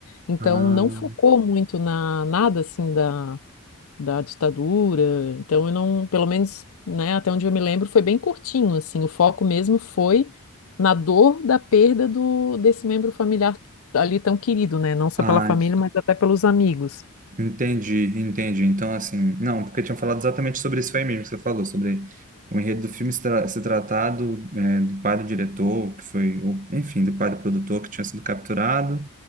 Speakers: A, on the left; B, on the right.
A: Então
B: Ah,
A: não focou muito na nada assim da, da ditadura. Então eu não, pelo menos, né, até onde eu me lembro, foi bem curtinho assim. O foco mesmo foi na dor da perda do desse membro familiar ali tão querido, né? Não só
B: ah,
A: pela família, mas até pelos amigos.
B: Entendi, entendi. Então, assim, não, porque tinham falado exatamente sobre isso aí mesmo que você falou, sobre o enredo do filme se, tra se tratar do, é, do pai do diretor, que foi, o- enfim, do pai do produtor que tinha sido capturado,